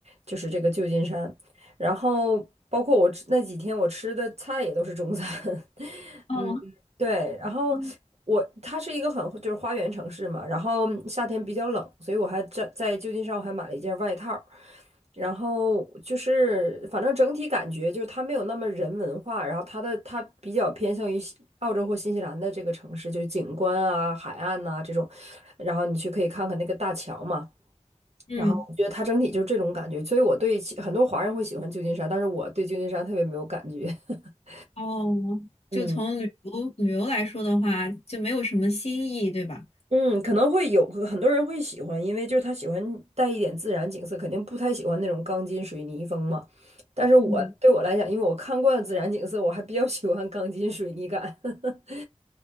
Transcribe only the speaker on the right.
就是这个旧金山，然后包括我吃那几天我吃的菜也都是中餐，<laughs>
嗯。对，然后我它是一个很就是花园城市嘛，
然后夏天比较冷，所以我还在在旧金山我还买了一件外套儿然后就是反正整体感觉就是它没有那么人文化，然后它的它比较偏向于西澳洲或新西兰的这个城市，就是景观啊、海岸呐、这种，然后你去可以看看那个大桥嘛。
然后我觉得它整体就是这种感觉，所以我对其很多华人会喜欢旧金山，但是我对旧金山特别没有感觉。<laughs>
嗯。
嗯，可能会有很多人会喜欢，因为就是他喜欢带一点自然景色，肯定不太喜欢那种钢筋水泥风嘛。但是我对我来讲，
因为我看惯了自然景色，我还比较喜欢钢筋水泥感。<laughs>